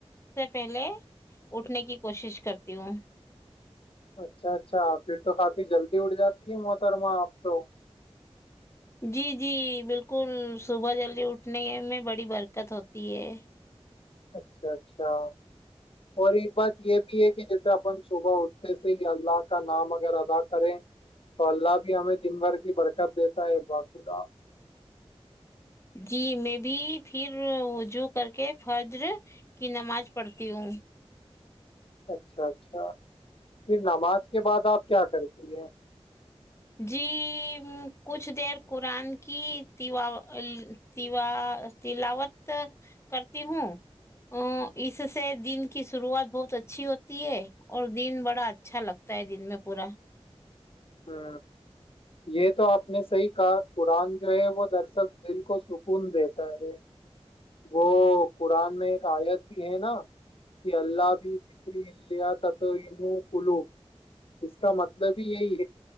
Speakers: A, on the left; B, on the left.
A: سے پہلے اٹھنے کی کوشش کرتی ہوں
B: اچھا اچھا پھر تو کافی جلدی اٹ جاتی ہے موٹر اپ تو
A: جی جی بالکل صبح جلدی اٹھنے میں بڑی برکت ہوتی ہے
B: اچھا اچھا اور ایک بات یہ بھی ہے کہ جیسے اپن صبح اٹھنے سے ہی اللہ کا نام اگر ادا کریں تو اللہ بھی ہمیں دن بھر کی برکت دیتا ہے بقدا
A: جی میں بھی پھرجو کر کے فرجر کی نماز پڑھتی ہوں
B: اچھا اچھا پھر نماز کے بعد آپ کیا کرتی ہیں
A: جی کچھ دیر قرآن کیاوا تلاوت کرتی ہوں ا اس سے دن کی شروعات بہت اچھی ہوتی ہے اور دن بڑا اچھا لگتا ہے دن میں پورا
B: ہ یہ تو آپ نے صحیح کہا قرآن جو ہے وہ درصل دل کو سکون دیتا ہے وہ قرآن میں ایک آیت بھی ہے نا کہ اللہ بھی کری ال کلو اس کا مطلب ہی یہی